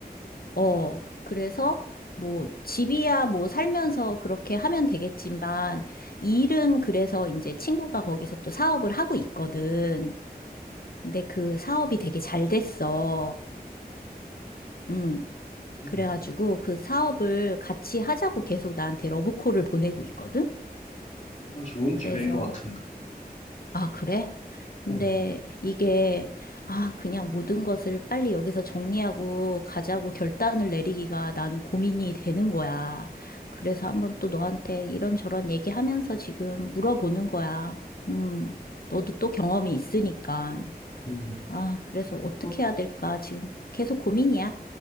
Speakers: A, on the left; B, on the left.
A: 어, 그래서 뭐 집이야 뭐 살면서 그렇게 하면 되겠지만, 일은 그래서 이제 친구가 거기서 또 사업을 하고 있거든. 근데 그 사업이 되게 잘 됐어. 음.
B: 음,
A: 그래가지고 그 사업을 같이 하자고 계속 나한테 러브콜을 보내고 있거든?
B: 그건 좋은
A: 그래서,
B: 기회인 것 같은데.
A: 아, 그래? 근데
B: 어,
A: 이게, 아, 그냥 모든 것을 빨리 여기서 정리하고 가자고 결단을 내리기가 나는 고민이 되는 거야. 그래서 한번 또 너한테 이런저런 얘기하면서 지금 물어보는 거야. 음, 너도 또 경험이 있으니까.
B: 음,
A: 아, 그래서 어떻게
B: 뭐,
A: 해야 될까? 지금 계속 고민이야.